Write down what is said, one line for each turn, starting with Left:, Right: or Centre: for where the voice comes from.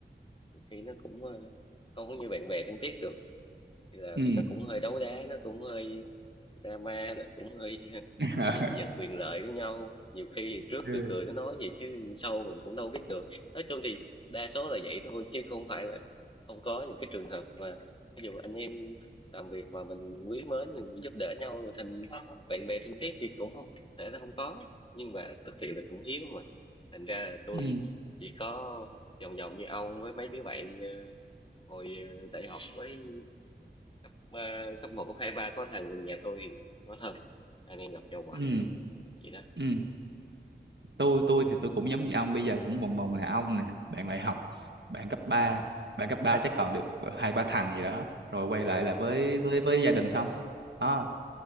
Left: nhiều khi nó cũng ờ, không có như bạn bè thân thiết được đi làm
Right: ừ
Left: thì nó cũng hơi đấu đá nó cũng hơi drama đó cũng hơi <laughs>
Right: <laughs>
Left: giành giật quyền lợi của nhau nhiều khi trước
Right: ừ
Left: cười cười nó nói gì chứ sau mình cũng đâu biết được nói chung thì đa số là vậy thôi chứ không phải là không có những cái trường hợp mà ví dụ anh em làm việc mà mình quý mến mình giúp đỡ nhau rồi thành bạn bè thân thiết thì cũng không thể là không có nhưng mà thực sự là cũng hiếm mà thành ra là tôi
Right: ừ
Left: chỉ có vòng vòng như ông với mấy đứa bạn ờ, hồi ờ, đại học với cấp ờ, cấp một cấp hai ba có thằng gần nhà tôi có thân anh em gặp nhau hoài
Right: ừ
Left: vậy đó
Right: ừ tôi tôi thì tôi cũng giống như ông bây giờ cũng vòng vòng là ông nè bạn đại học bạn cấp 3, bạn cấp 3 chắc còn được ờ, hai ba thằng gì đó rồi quay
Left: ừ,
Right: lại là với với với gia đình xong đó